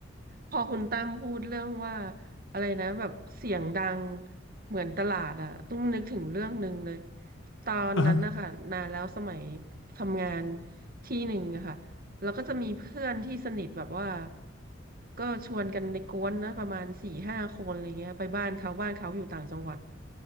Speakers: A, on the right; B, on the left.
A: พอคุณตั้มพูดเรื่องว่าอะไรนะแบบเสียงดังเหมือนตลาดอะตุ้มนึกถึงเรื่องหนึ่งเลยตอนนั้นนะคะนานแล้วสมัย
B: อ่า
A: ทำงานที่หนึ่งอะค่ะเราก็จะมีเพื่อนที่สนิทแบบว่าก็ชวนกันในกวนนะประมาณสี่ห้าคนอะไรเงี้ยไปบ้านเขาบ้านเขาอยู่ต่างจังหวัด